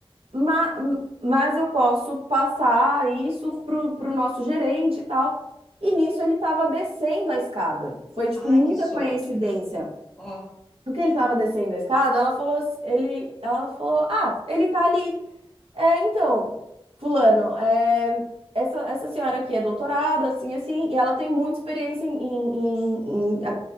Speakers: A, on the right (about 75°); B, in the centre.
A: ma- mas, eu posso passar isso pro, pro nosso gerente e tal. E nisso ele estava descendo a escada. Foi, tipo,
B: Ai,
A: muita
B: que sorte.
A: coincidência.
B: Ó.
A: No que ele estava descendo a escada, ela falou, ass- ele, ela falou: ah, ele tá ali. É, então, fulano, é, essa, essa senhora aqui é doutorada, assim, assim, e ela tem muita experiência em, em, em- em- a-